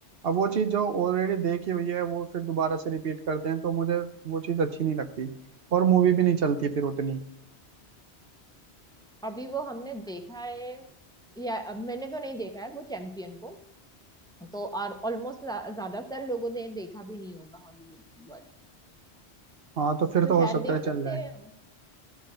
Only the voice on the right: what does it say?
अब वो चीज जो ऑलरेडी देखी हुई है वो फिर दोबारा से रिपीट करते हैं तो मुझे वो चीज अच्छी नहीं लगती और मूवी भी नहीं चलती फिर उतनी
हाँ तो फिर
तो
हो सकता
है
चल जाए